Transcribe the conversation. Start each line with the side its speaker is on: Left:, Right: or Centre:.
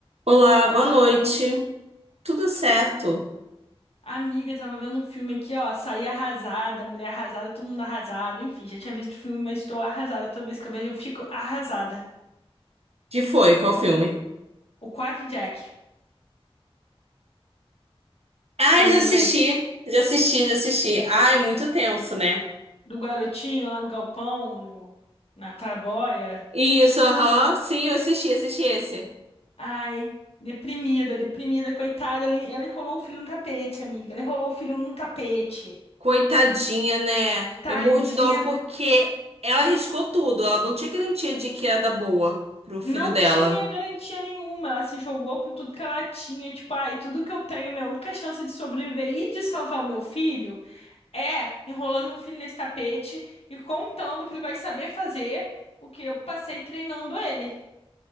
Right: Olá,
Left: Boa noite,
Right: boa noite.
Left: tudo bem?
Right: Tudo certo?
Left: Amiga, tava vendo um filme aqui, ó. Saí arrasada, mulher arrasada, todo mundo arrasado. Enfim, já tinha visto o filme, mas estou arrasada. Toda vez que eu vejo, eu fico arrasada.
Right: Que foi? Qual filme?
Left: O Quarto Jack,
Right: Ai,
Left: você já
Right: já
Left: viu
Right: assisti.
Left: esse?
Right: Já assisti, já assisti. Ai, muito tenso, né?
Left: Do garotinho lá no galpão, no, na claraboia.
Right: Isso, aham. Sim, eu assisti, assisti esse.
Left: Ai, deprimida, deprimida, coitada. Ela, ela enrolou o filho no tapete, amiga. Ela enrolou o filho num tapete.
Right: Coitadinha, né?
Left: Tadinha
Right: Eu morro de dó porque ela arriscou tudo. Ela não tinha garantia de que ia dar boa pro
Left: não
Right: filho dela.
Left: tinha garantia nenhuma. Ela se jogou com tudo que ela tinha. Tipo, ai, tudo que eu tenho, minha única chance de sobreviver e de salvar o meu filho é enrolando meu filho nesse tapete e contando que ele vai saber fazer o que eu passei treinando ele.